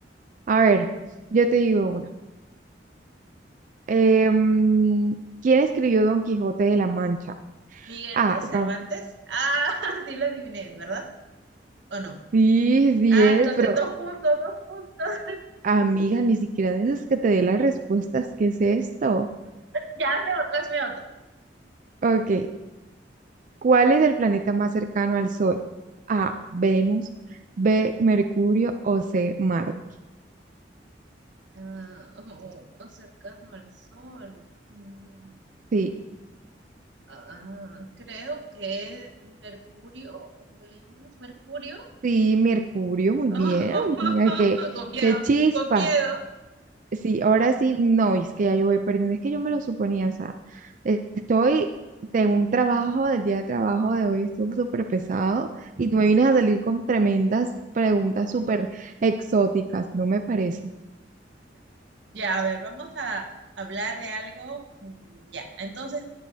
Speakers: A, on the right; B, on the right.
A: A ver, yo te digo una. Em, ¿quién escribió Don Quijote de la Mancha?
B: Miguel
A: Ah,
B: de Cervantes.
A: no.
B: Ah, <laughs> sí lo adiviné, ¿verdad? ¿O no?
A: sí, sí
B: Ah,
A: es,
B: entonces
A: pero
B: dos puntos, dos puntos. <laughs>
A: amiga, ni siquiera de esas que te dé las respuestas. ¿Qué es esto?
B: Ya hazme otra, hazme otra.
A: Ok, ¿Cuál es el planeta más cercano al Sol? A, Venus, B, Mercurio o C, Marte.
B: Ah, oh, más cercano al Sol. Mm,
A: Sí,
B: ah, creo que Mercurio o Venus. Mercurio.
A: sí, Mercurio, muy
B: <laughs>
A: bien, amiga, qué,
B: con miedo,
A: qué chispa.
B: con miedo.
A: Sí, ahora sí, no, es que ya yo voy perdiendo, es que yo me lo suponía, o sea, eh, estoy tengo un trabajo, del día de trabajo de hoy estuvo súper pesado y tú me vienes a salir con tremendas preguntas súper exóticas, no me parece.
B: Ya, a ver, vamos a hablar de algo. mm, Ya, entonces,